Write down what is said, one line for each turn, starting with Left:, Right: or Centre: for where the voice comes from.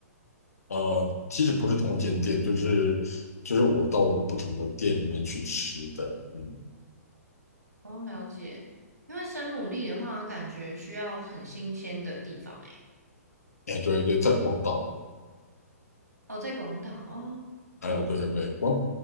Left: 呃，其实不是同一间店，就是就是我到不同的店里面去吃的，嗯，
Right: 哦，了解。因为生牡蛎的话，感觉需要很新鲜的地方诶。
Left: 哎，对对，在广岛，
Right: 哦，在广岛哦，
Left: 还有对对对，
Right: 不，
Left: 广